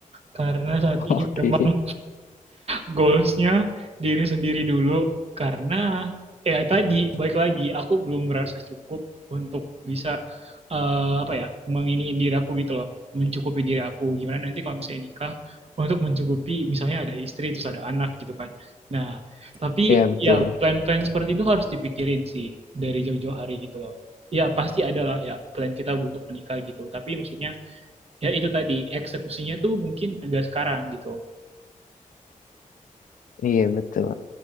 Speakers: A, on the right; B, on the left.
A: karena saat ini
B: Oke,
A: memang goalsnya diri sendiri dulu karena ya tadi baik lagi aku belum merasa cukup untuk bisa eh, apa ya menginiin diri aku gitu loh mencukupi diri aku gimana nanti kalau misalnya nikah untuk mencukupi misalnya ada istri terus ada anak gitu kan nah tapi
B: Iya betul,
A: ya plan-plan seperti itu harus dipikirin sih dari jauh-jauh hari gitu loh ya pasti ada lah ya plan kita untuk menikah gitu tapi maksudnya ya itu tadi eksekusinya tuh mungkin enggak sekarang gitu
B: iya betul.